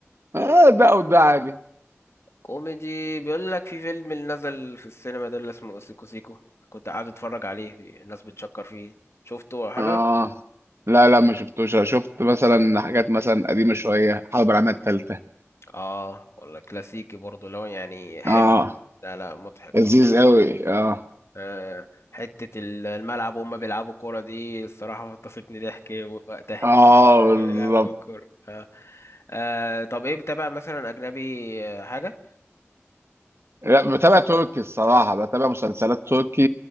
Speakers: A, on the right; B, on the left.
A: اه ده وده عادي
B: كوميدي بيقول لك في فيلم اللي نزل في السينما ده اللي اسمه سيكو سيكو كنت قاعد اتفرج عليه بي- الناس بتشكر فيه شفته ولا حاجة
A: اه لا لا ما شفتوش أنا شفت مثلا حاجات مثلا قديمة شوية حرب العالمية التالتة
B: اه ولا كلاسيكي برضه لو يعني حلو
A: اه
B: أوي. لا لا مضحك
A: لذيذ
B: الصراحة
A: قوي اه
B: آه حتة ال- الملعب وهم بيلعبوا كورة دي الصراحة فطستني ضحك وقتها
A: اه
B: <laughs>
A: بالظبط
B: بيلعبوا كورة آه طب ايه بتابع مثلا أجنبي آه، حاجة؟
A: لا بتابع تركي الصراحة بتابع مسلسلات تركي